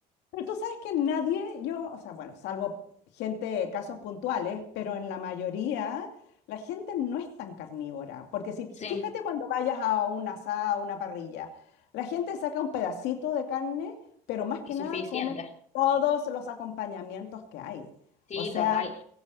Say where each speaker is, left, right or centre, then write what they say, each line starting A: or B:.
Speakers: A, on the left; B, on the left.
A: Pero tú sabes que nadie, yo, o sea, bueno, salvo gente, casos puntuales, pero en la mayoría la gente no es tan carnívora. Porque si,
B: Sí,
A: fíjate cuando vayas a un asado, a una parrilla, la gente saca un pedacito de carne, pero más que
B: y suficiente.
A: nada come todos los acompañamientos que hay.
B: Sí,
A: O sea,
B: total.